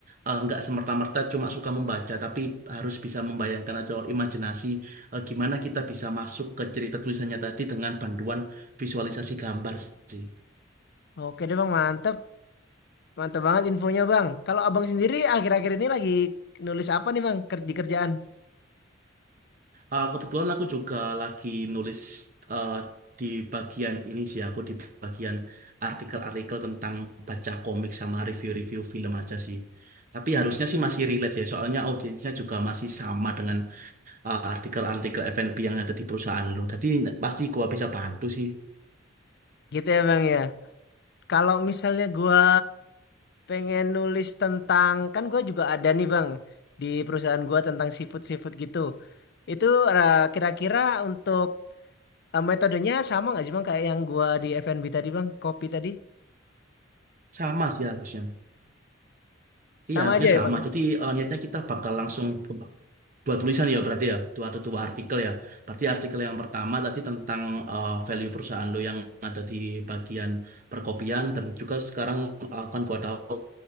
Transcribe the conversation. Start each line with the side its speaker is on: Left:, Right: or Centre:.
Right: eh, nggak semerta-merta cuma suka membaca tapi harus bisa membayangkan atau imajinasi eh, gimana kita bisa masuk ke cerita tulisannya tadi dengan bantuan visualisasi gambar sih.
Left: Oke deh Bang, mantep. Mantep banget infonya Bang. Kalau Abang sendiri akhir-akhir ini lagi nulis apa nih Bang ker- di kerjaan?
Right: Ah, kebetulan aku juga lagi nulis eh, di bagian ini sih, aku di bagian artikel-artikel tentang baca komik sama review-review film aja sih. Tapi harusnya sih masih relate ya, soalnya audiensnya juga masih sama dengan eh, artikel-artikel F&B yang ada di perusahaan lo. Jadi pasti gua bisa bantu sih.
Left: Gitu ya Bang ya. Kalau misalnya gua pengen nulis tentang kan gua juga ada nih Bang di perusahaan gua tentang seafood-seafood gitu. Itu eh, kira-kira untuk Eh, metodenya sama nggak sih bang kayak yang gua di FNB tadi bang kopi tadi
Right: Sama sih harusnya.
Left: sama
Right: Iya harusnya
Left: aja ya
Right: sama.
Left: bang ya?
Right: Jadi eh, niatnya kita bakal langsung buat dua tulisan ya berarti ya dua atau dua artikel ya berarti artikel yang pertama tadi tentang eh, value perusahaan lo yang ada di bagian perkopian dan juga sekarang akan gua tahu